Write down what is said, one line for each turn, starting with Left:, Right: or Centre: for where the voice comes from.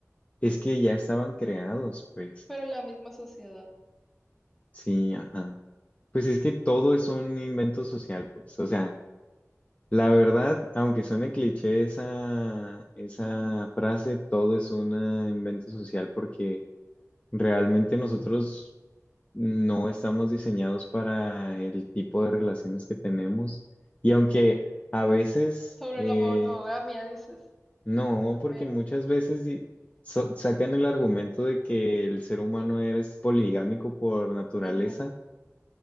Left: es que ya estaban creados, pues,
Centre: pero la misma sociedad.
Left: sí, ajá. Pues es que todo es un invento social, pues, o sea, la verdad, aunque suene cliché esa, esa
Centre: Ujú.
Left: frase, todo es un ah, invento social porque realmente nosotros no estamos diseñados para el tipo de relaciones que tenemos y aunque a veces...
Centre: Sobre
Left: eh,
Centre: la monogamia, dices,
Left: No,
Centre: también.
Left: porque muchas veces di- so- sacan el argumento de que el ser humano es poligámico por naturaleza.
Centre: Ujú,